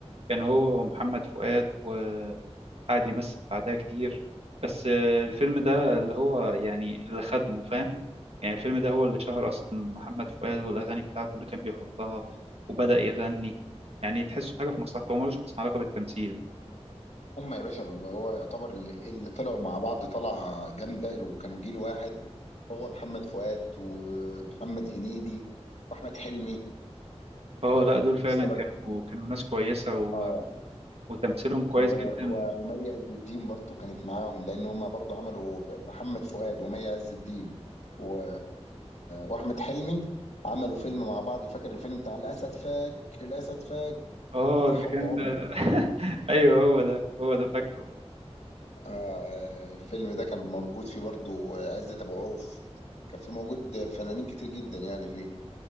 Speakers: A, on the right; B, on the left.
A: كان هو ومحمد فؤاد و... قعد يمثل بعدها كتير بس آه، الفيلم ده اللي هو يعني اللي خدمه فاهم يعني الفيلم ده هو اللي شهر أصلا محمد فؤاد والأغاني بتاعته اللي كان بيحطها وبدأ يغني يعني تحسه حاجة في مصلحته هو ملوش أصلا علاقة بالتمثيل
B: هم يا باشا هو يعتبر اللي, اللي طلعوا مع بعض طلعه جامده وكانوا جيل واحد هو محمد فؤاد ومحمد هنيدي واحمد حلمي
A: اه لا دول فعلا
B: وصلك
A: كانوا كانوا ناس كويسة و...
B: اه
A: وتمثيلهم كويس
B: و-
A: جدا
B: و- ومي عز الدين برضو كانت معاهم لان هم برضو عملوا محمد فؤاد ومي عز الدين و... واحمد حلمي عملوا فيلم مع بعض فاكر الفيلم بتاع الاسد فاك الاسد فاك
A: اه
B: بتاع حب
A: ده كان
B: عمري
A: ده <laughs> ايوه هو ده هو ده فاكره
B: آه آه، الفيلم ده كان موجود فيه برضو عزت ابو عوف كان فيه موجود فنانين كتير جدا يعني فيه